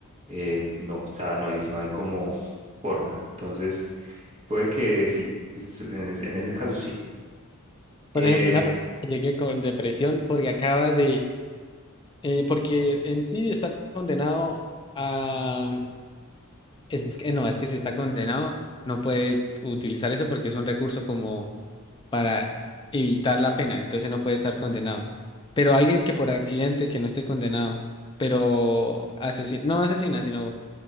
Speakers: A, on the right (about 25°); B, on the left (about 20°).
A: eh, no, o sea, no hay, no hay como forma. Entonces, puede que sí, pues, en, es- en ese caso sí. Eh,
B: Por ejemplo, una persona que llegue con depresión porque acaba de, eh, porque en sí está condenado a, es que no, es que si está condenado no puede utilizar eso porque es un recurso como para evitar la pena, entonces no puede estar condenado. Pero alguien que por accidente, que no esté condenado, pero asesino, no asesina, sino